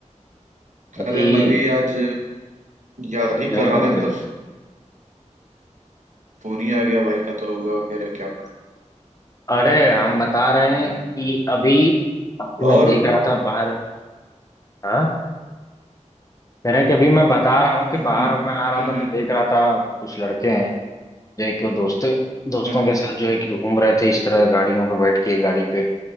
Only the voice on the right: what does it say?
अरे मैं भी आज याद ही
कर रहा था कि तब फोन ही आ गया भाई का तो हुआ कह रहे हो क्या बात
हम्म
और
हम्म
हम्म
हम्म,
हम्म, हम्म,